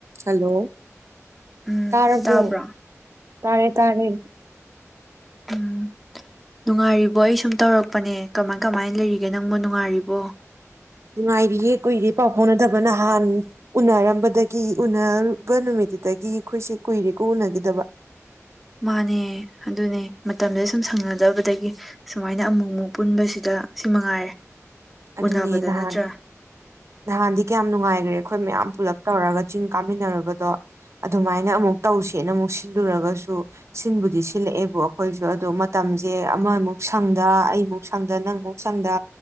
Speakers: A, on the right; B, in the centre.
A: hello
B: ꯎꯝ
A: ꯇꯥꯔꯕꯣ
B: ꯇꯥꯕ꯭ꯔꯣ
A: ꯇꯥꯔꯦ ꯇꯥꯔꯦ
B: ꯎꯝ ꯅꯨꯡꯉꯥꯏꯔꯤꯕꯣ ꯑꯩ ꯁꯨꯝ ꯇꯧꯔꯛꯄꯅꯦ ꯀꯃꯥꯏ ꯀꯃꯥꯏꯅ ꯂꯩꯔꯤꯒꯦ ꯅꯪꯕꯨ ꯅꯨꯡꯉꯥꯏꯔꯤꯕꯣ
A: ꯅꯨꯡꯉꯥꯏꯔꯤꯌꯦꯦ ꯀꯨꯏꯔ ꯄꯥꯎ ꯐꯥꯎꯅꯗꯕ ꯅꯍꯥꯟ ꯎꯅꯔꯝꯕꯗꯒꯤ ꯎꯅꯔꯕ ꯅꯨꯃꯤꯠꯇꯨꯗꯒꯤ ꯑꯩꯈꯣꯏꯁꯦ ꯀꯨꯏꯔꯦꯀꯣ ꯎꯅꯈꯤꯗꯕ
B: ꯃꯥꯅꯦ ꯑꯗꯨꯅꯦ ꯃꯇꯝꯁꯗ ꯁꯨꯝ ꯁꯪꯅꯗꯕꯗꯒꯤ ꯁꯨꯃꯥꯏꯅ ꯑꯃꯨꯛ ꯑꯃꯨꯛ ꯄꯨꯟꯕꯁꯤꯗ ꯁꯤ ꯃꯉꯥꯏꯔꯦ
A: ꯑꯗꯨꯅꯦ
B: ꯎꯅꯕꯗ
A: ꯅꯍꯥꯟ
B: ꯅꯠꯇ꯭ꯔꯥ
A: ꯅꯍꯥꯟꯗꯤ ꯀꯌꯥꯝ ꯅꯨꯡꯉꯥꯏꯈ꯭ꯔꯦ ꯑꯩꯈꯣꯏ ꯃꯌꯥꯝ ꯄꯨꯂꯞ ꯇꯧꯔꯒ ꯀ ꯆꯤꯡ ꯀꯥꯃꯤꯟꯅꯨꯔꯕꯗꯣ ꯑꯗꯨꯃꯥꯏꯅ ꯑꯃꯨꯛ ꯇꯧꯁꯦꯅ ꯑꯃꯨꯛ ꯁꯤꯜꯂꯨꯔꯒꯁꯨ ꯁꯤꯟꯕꯨꯗꯤ ꯁꯤꯜꯂꯛꯑꯦꯕ ꯑꯩꯈꯣꯏꯁꯨ ꯑꯗꯣ ꯃꯇꯝꯁꯦ ꯑꯃꯃꯨꯛ ꯁꯪꯗ ꯑꯩꯃꯨꯛ ꯁꯪꯗ ꯅꯪꯃꯨꯛ ꯁꯪꯗ